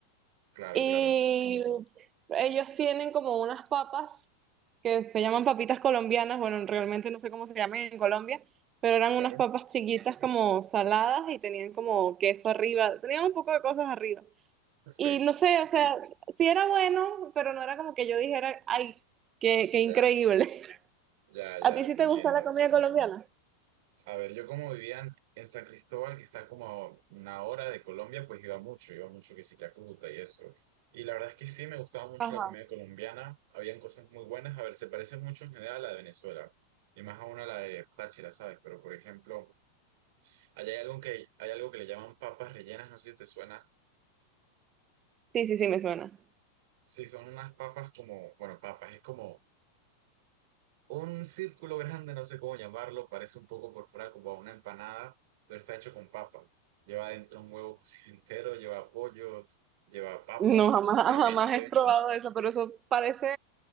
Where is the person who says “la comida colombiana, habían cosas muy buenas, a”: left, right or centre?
Right